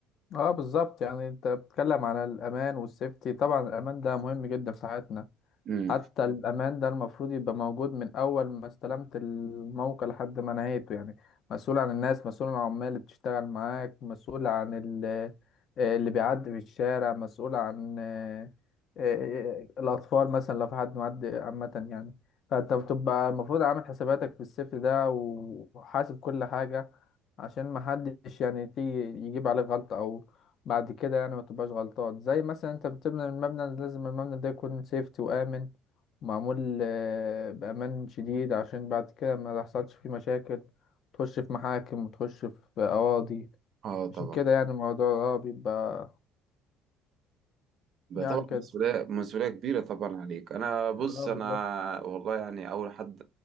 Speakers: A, on the left; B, on the right.
A: اه بالظبط يعني انت بتتكلم على الامان والسيفتي طبعا الامان ده مهم جدا في حياتنا
B: امم
A: حتى الأمان ده المفروض يبقى موجود من أول ما استلمت الموقع لحد ما نهيته يعني مسؤول عن الناس مسؤول عن العمال اللي بتشتغل معاك مسؤول عن ال- آه، اللي بيعدي في الشارع مسؤول عن آه، آه، آه، الأطفال مثلا لو في حد معدي عامة يعني فأنت بتبقى المفروض عامل حساباتك في السيفتي ده وحاسب كل حاجة عشان محدش يعني تيجي يجيب عليك غلطة أو بعد كده يعني ما تبقاش غلطات زي مثلا انت بتبني المبنى لازم المبنى ده يكون سيفتي وآمن معمول آه، بأمان شديد عشان بعد كده ما تحصلش فيه مشاكل تخش في محاكم وتخش في قواضي
B: اه طبعا
A: عشان كده يعني الموضوع اه بيبقى
B: ده
A: يعني
B: طبعا
A: كده
B: مسؤولية مسؤولية كبيرة طبعا عليك أنا بص
A: اه
B: أنا
A: بالظبط
B: والله يعني أول حد